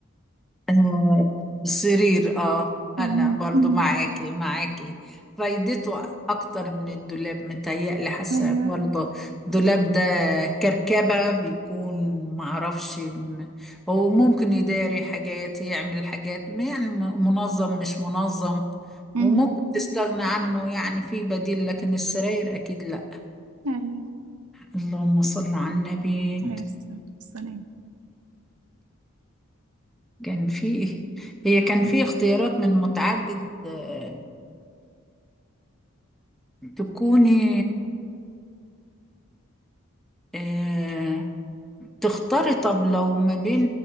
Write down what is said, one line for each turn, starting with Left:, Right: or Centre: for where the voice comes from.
Centre: آه، السرير اه انا
Right: أمم.
Centre: برضو
Right: أمم.
Centre: معاكي معاكي فايدته اكتر من الدولاب متهيألي حاسه
Right: ايوه
Centre: برضو الدولاب ده كركبه بيكون معرفش م- هو ممكن يداري حاجات يعمل حاجات م- يعني م- منظم مش منظم وممكن
Right: أمم.
Centre: تستغنى عنه يعني في بديل لكن السراير اكيد لا
Right: ايوه
Centre: اللهم صل على النبي
Right: عليه الصلاة والسلام
Centre: كان في هي كان في اختيارات من متعدد آه، تكوني آه، تختاري طب لو ما بين